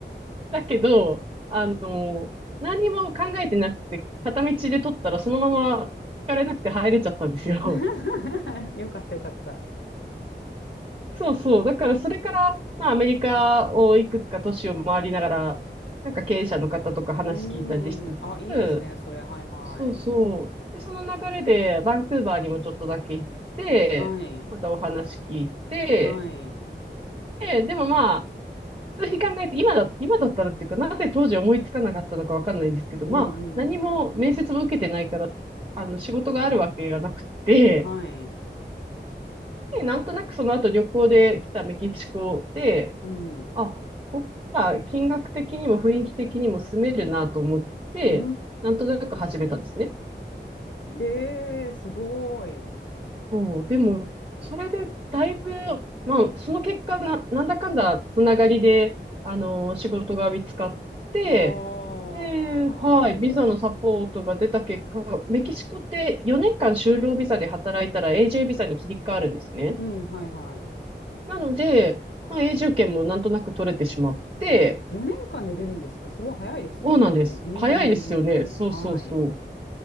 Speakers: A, on the right; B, on the left.
A: だけど、あの、何にも考えてなくて、片道で取ったらそのまま引かれなくて入れちゃったんですよ。
B: <laughs> よかったよかった。
A: そうそう。だからそれから、まあアメリカをいくつか都市を回りながら、なんか経営者の方とか話聞いたりしつつ、
B: うーん。あ、いいですね、それ。はいは
A: そうそう。で、その流れでバンクーバーにもちょっとだけ行って、
B: い。はい。
A: またお話聞いて、
B: はい。
A: で、でもまあ、普通に考えて、今だ、今だったらっていうか、なぜ当時思いつかなかったのかわかんないですけど、
B: うんうん。
A: まあ、何も面接も受けてないから、あの、仕事があるわけがなくて、
B: はい。
A: で、なんとなくその後旅行で来たメキシコで、
B: うん。
A: あ、こっちは金額的にも雰囲気的にも住めるなと思って、
B: うー
A: なんとなく始めたんですね。
B: ん。ええすごい。
A: そう、でも、それでだいぶ、まあ、その結果な、なんだかんだつながりで、あの、仕事が見つかって、
B: ああ、
A: で、
B: はあはあ、
A: はい、
B: なるほど。
A: ビザのサポートが出た結果、メキシコって4年間就労ビザで働いたら永住ビザに切り替わるんですね。
B: うん、はいはい。
A: なので、まあ、永住権もなんとなく取れてしまって、
B: 4年間で出るんですかそれは早いですね、
A: そうなんです。
B: 割と。うん、
A: 早いですよね。
B: うん、
A: そうそうそう。
B: うん。はい。